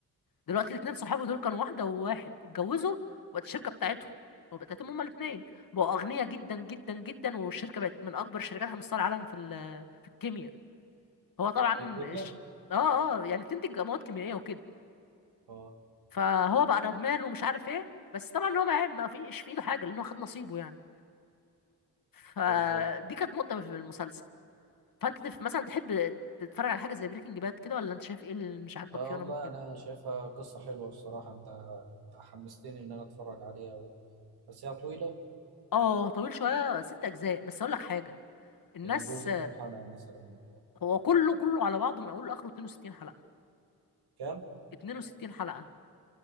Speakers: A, on the left (about 60°); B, on the right (about 85°).
A: دلوقتي الاتنين صحابي دول كانوا واحدة وواحد اتجوزوا وبقت الشركة بتاعتهم وبقت بتاعتهم هما الاتنين بقوا أغنياء جدا جدا جدا والشركة بقت من أكبر الشركات على مستوى العالم في ال- آه، في الكيمياء هو طبعا
B: في كيمياء
A: الش... اه اه يعني بتنتج مواد كيميائية وكده
B: اه
A: فهو بقى ندمان ومش عارف ايه بس طبعا هو ما عيب- ما فيش في ايده حاجة لأنه خد نصيبه يعني فدي
B: بالظبط
A: كانت نقطة في المسلسل فأنت تف- مثلا تحب تتفرج على حاجة زي بريكنج باد كده ولا أنت شايف ايه اللي مش عاجبك
B: اه
A: فيه
B: والله
A: وأنا ممكن
B: انا شايفها قصه حلوه الصراحه انت انت حمستني ان انا اتفرج عليها بس هي طويلة
A: اه طويل شوية ست أجزاء بس أقول لك حاجة الناس
B: الجوزة كام حلقة مثلا
A: هو كله كله على بعضه من اوله لاخره 62 حلقه
B: كام؟
A: 62 حلقه